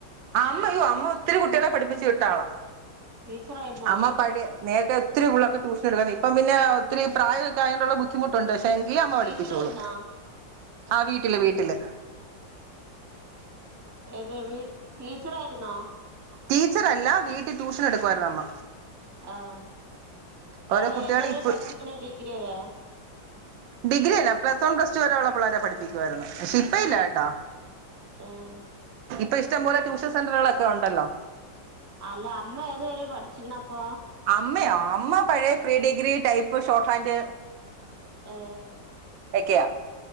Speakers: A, on the right (about 90°); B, on the right (about 15°).
A: അമ്മ യ്യോ അമ്മ ഒത്തിരി കുട്ടികളെ പഠിപ്പിച്ചു വിട്ടാളാ
B: ടീച്ചറായിരുന്നോ
A: അമ്മ പഴേ നേരത്തെ ഒത്തിരി പുള്ളാർക്ക് ട്യൂഷനെടുത്തതാണ് ഇപ്പം പിന്നെ ഒത്തിരി പ്രായോക്കെ ആയോണ്ടുള്ള ബുദ്ധിമുട്ടൊണ്ട് എങ്കിലും അമ്മ
B: ടീച്ചറായിരുന്നോ
A: പഠിപ്പിച്ചോളും ആ വീട്ടില് വീട്ടില്
B: ഏത് വീ ടീച്ചർ ആയിരുന്നോ
A: ടീച്ചറല്ല വീട്ടി ട്യൂഷൻ എടുക്കുവാരുന്നമ്മ
B: ആഹ്
A: ഓരോ
B: അവ
A: കുട്ടികളെ
B: ഏതുവരെ
A: ഇപ്പ
B: പഠിച്ചിക്കണ് ഡിഗ്രി വരെ
A: ഡിഗ്രി അല്ല പ്ലസ് വൺ പ്ലസ് ടു വരെ ഉള്ള പിള്ളാരെ പഠിപ്പിക്കുവാരുന്നു പക്ഷെ ഇപ്പ ഇല്ല കേട്ടോ
B: ഉം
A: ഇപ്പം ഇഷ്ടം പോലെ ടൂഷൻ സെൻ്ററുകളൊക്കെ ഉണ്ടല്ലോ
B: അല്ല അമ്മ ഏതുവരെ പഠിച്ചിക്കിണപ്പൊ
A: അമ്മയോ അമ്മ പഴയ pre degree type shorthand
B: ഉം
A: എക്കെയ